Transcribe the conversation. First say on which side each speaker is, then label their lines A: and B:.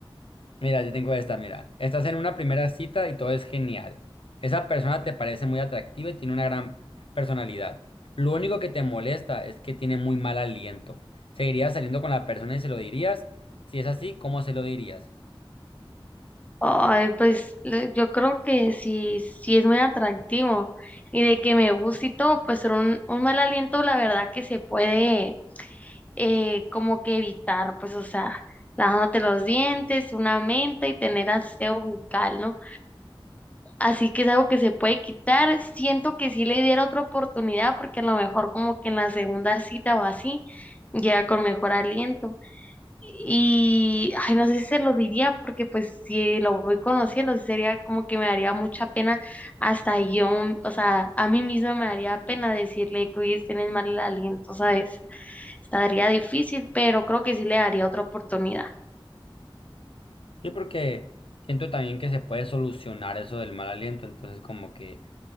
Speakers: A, on the left; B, on the left.
A: Mira, yo tengo esta, mira. Estás en una primera cita y todo es genial. Esa persona te parece muy atractiva y tiene una gran personalidad. Lo único que te molesta es que tiene muy mal aliento. ¿Seguirías saliendo con la persona y se lo dirías? Si es así, ¿cómo se lo dirías?
B: Ay, pues le- yo creo que sí, sí es muy atractivo y de que me guste y todo, pues ser un, un mal aliento, la verdad que se puede eh, como que evitar, pues o sea, lavándote los dientes, una menta y tener aseo bucal, ¿no? Así que es algo que se puede quitar. Siento que sí le diera otra oportunidad porque a lo mejor como que en la segunda cita o así, ya con mejor aliento. Y, ay, no sé si se lo diría, porque pues si lo voy conociendo, sí sería como que me daría mucha pena, hasta yo, mm, o sea, a mí misma me daría pena decirle que hoy tienes mal el aliento, ¿sabes? Estaría difícil, pero creo que sí le daría otra oportunidad.
A: Sí, porque siento también que se puede solucionar eso del mal aliento, entonces como que...